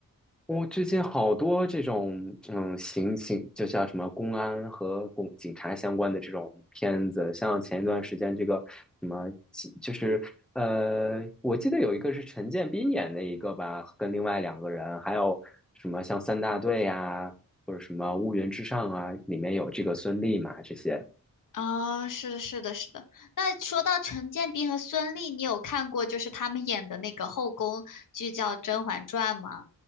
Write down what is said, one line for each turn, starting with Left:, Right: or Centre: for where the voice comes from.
Centre: 我最近好多这种，嗯，刑警就像什么公安和公警察相关的这种片子，像前一段时间这个什么，就是呃，我记得有一个是陈建斌演的一个吧，跟另外两个人，还有什么像三大队呀、或者什么乌云之上啊，里面有这个孙俪嘛，这些。
Left: 啊，是的，是的，是的，那说到陈建斌和孙俪，你有看过就是他们演的那个后宫剧叫《甄嬛传》吗？